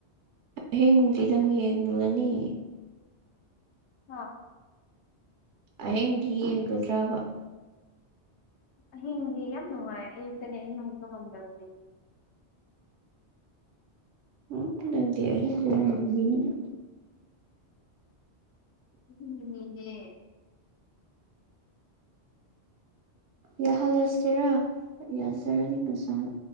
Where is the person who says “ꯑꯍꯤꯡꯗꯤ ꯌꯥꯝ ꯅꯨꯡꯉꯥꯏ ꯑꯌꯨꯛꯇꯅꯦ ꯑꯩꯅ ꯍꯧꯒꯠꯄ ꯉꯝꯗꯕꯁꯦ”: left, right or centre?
Left